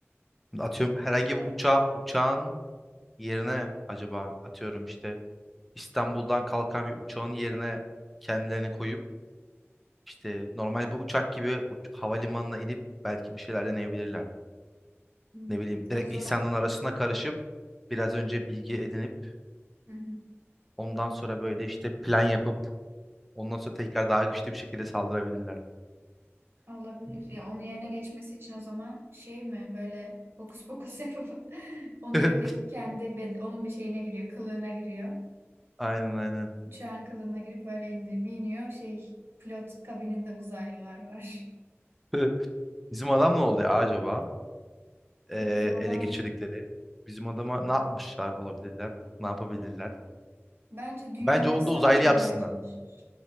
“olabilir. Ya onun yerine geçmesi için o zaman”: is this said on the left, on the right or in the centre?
Right